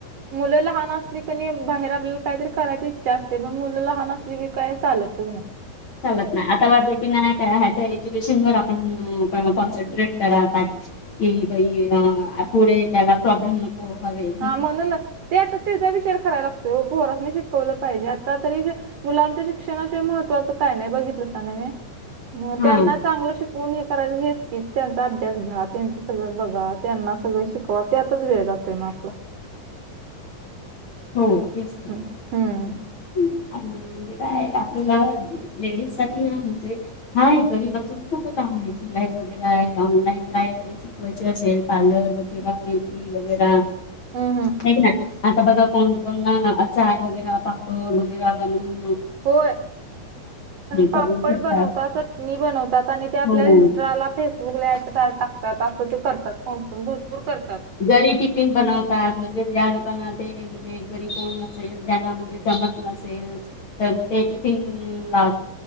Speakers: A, on the right; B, on the left.
A: मुलं लहान असली कनी बाहेर आपल्याला काय तरी करायची इच्छा असते, पण मुलं लहान असली की काय चालतच नाही.
B: चालत नाय, आता ते की नाय ह्याच्या एज्युकेशन वर आपण कॉन्सन्ट्रेट करा पाहजे कि बाई पुढे त्याला प्रॉब्लेम हो, हवे
A: हा म्हणूनच, ते आता त्येजा विचार करायला लागतोय ओ, पोरसने शिकवलं पाहिजे आता तरी हे मुलांच्या शिक्षणाशिवाय महत्वाच काय नाय, बघितलासा नव्हे. मग
B: हा
A: त्यांना चांगलं शिकवून हे करायच हेच की, त्यांचा अभ्यास घ्या त्यांचं सगळं बघा त्यांना सगळं शिकवा त्यातच वेळ जातोय मग <inaudible>
B: हो, तेच की
A: हम्म हम्म
B: आणि म्हणजे काय आपल्याला लेडीज साठी ना म्हणजे हाय, घरी बसून खूप काम आहे सिलाई वगैरे आहे ऑनलाईन काय तरी शिकवायची असेल पार्लर, मेहंदी वैगैरा,
A: हम्म हम्म
B: हाय की नाय. कोण कोण ना चार वगैरे पापड वगैरे बनून
A: होय पापड
B: करून ठेवतात
A: बनवतात चटणी बनवतात आणि आपल्या
B: हो
A: इंस्टाला फेसबुकला ट टाकतात असं ते करतात कोणकण भरपूर करतात
B: जरी टिफिन बनवतात म्हणजे या लोकांना ते घरी कोण नसेल जना म्हणजे जमत नसेल तर ते तिफिन लाव